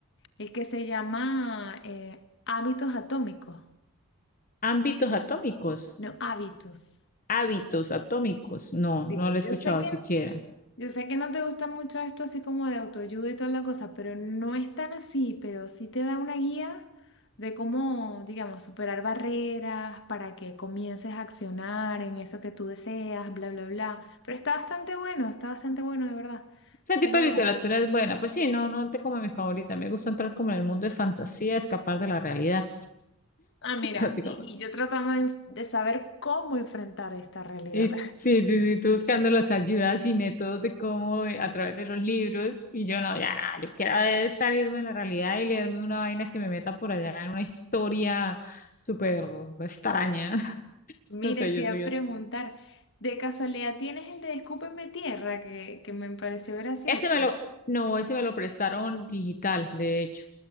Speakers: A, on the left (about 55°); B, on the left (about 35°).
A: El que se llama eh, Hábitos Atómicos,
B: Ámbitos atómicos,
A: no hábitos.
B: hábitos atómicos, no,
A: Sí,
B: no lo he escuchado
A: yo sé que
B: siquiera.
A: Yo sé que no te gusta mucho esto así como de autoayuda y toda la cosa, pero no es tan así, pero sí te da una guía de cómo, digamos, superar barreras para que comiences a accionar en eso que tú deseas, bla, bla, bla. Pero está bastante bueno, está bastante bueno, de verdad.
B: Ese
A: ¿Cómo?
B: tipo de literatura es buena. Pues sí, no, no es de como mi favorita. Me gusta entrar como en el mundo de fantasía, escapar de la realidad.
A: Ah, mira,
B: <laughs> Así
A: y,
B: como.
A: y yo trataba de, de saber cómo enfrentar esta realidad.
B: Y sí, sí, sí, tú buscando las ayudas y métodos de cómo eh, a través de los libros. Y yo no, ya nada, yo quiero es salirme de la realidad y leerme una vaina que me meta por allá en una historia súper extraña. <laughs>
A: Mire,
B: o sea
A: te
B: yo
A: iba
B: soy
A: a preguntar,
B: así.
A: ¿de casualidad tienes el de Escúpeme Tierra que, que me pareció gracioso?
B: Ese me lo. No, ese me lo prestaron digital, de hecho.